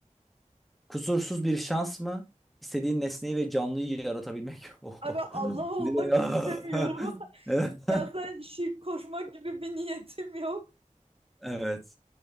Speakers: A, in the centre; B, on the right (about 45°).
A: Kusursuz bir şans mı? İstediğin nesneyi ve canlıyı yaratabilmek. <laughs> Oho.
B: Abi Allah olmak
A: Direkt ah!
B: istemiyorum. <laughs>
A: <laughs>
B: Şahsen şirk koşmak gibi bir niyetim yok.
A: Evet.